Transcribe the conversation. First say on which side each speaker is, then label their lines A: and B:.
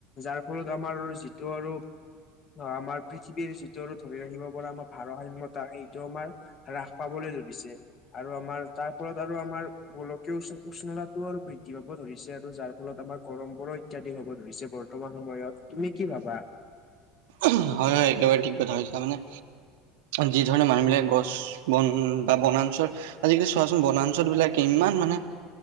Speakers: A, on the left (about 35°); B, on the right (about 80°).
A: যাৰ ফলত আমাৰ যিটো আৰু অ', আমাৰ পৃথিৱীৰ যিটো আৰু ধৰি ৰাখিব পৰা আমাৰ ভাৰসাময়তা, সেইটো আমাৰ হ্ৰাস পাবলৈ ধৰিছে। আৰু আমাৰ তাৰ ফলত আৰু আমাৰ, গোলকীয় উষ্-উষ্ণতাও আৰু বৃদ্ধি পাব ধৰিছে, আৰু যাৰ ফলত আমাৰ গৰম বৰ অত্যাধিক হ'ব ধৰিছে বৰ্তমান সময়ত, তুমি কি ভাবা?
B: হয়, হয়, একেবাৰে ঠিক কথা কৈছা, মানে যি ধৰণে মানুহবিলাক, গছ, বন বা বনাঞ্চল আজিকালি চোৱাচোন বনাঞ্চল বিলাক, ইমান মানে